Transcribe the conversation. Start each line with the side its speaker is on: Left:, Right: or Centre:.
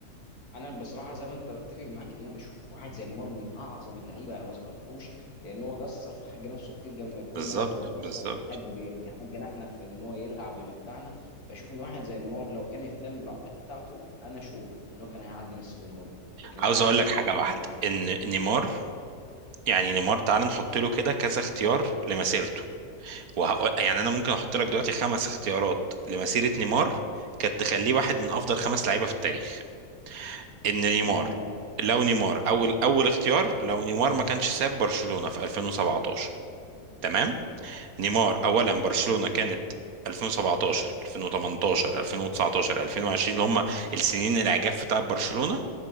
Left: انا بصراحه زي ما انت بتفق معاك ان انا بشوف واحد زي نيمار من اعظم اللعيبه انا ما ذكرتهوش لان هو قصر في حق نفسه كتير قبل ما يكون
Right: بالظبط
Left: مثلا مقصر
Right: بالظبط
Left: في حق حقنا احنا في ان هو يلعب ويمتعنا بشوف ان واحد زي نيمار لو كان اهتم بالعقليه بتاعته انا اشوف ان هو كان هيعدي ميسي ورونالدو لكن
Right: عاوز
Left: هو
Right: اقول
Left: بصراحه
Right: لك حاجه
Left: ما
Right: واحده
Left: عملش
Right: ان نيمار يعني نيمار تعال نحط له كده كذا اختيار لمسيرته وهقول يعني انا ممكن احط لك دلوقتي خمس اختيارات لمسيره نيمار كانت تخليه واحد من افضل خمس لعيبه في التاريخ ان نيمار
Left: ايه مثلا
Right: لو نيمار اول اول اختيار لو نيمار ما كانش ساب برشلونة في 2017 تمام نيمار اولا برشلونة كانت 2017 2018 2019 2020 اللي هم السنين العجاف بتاع برشلونة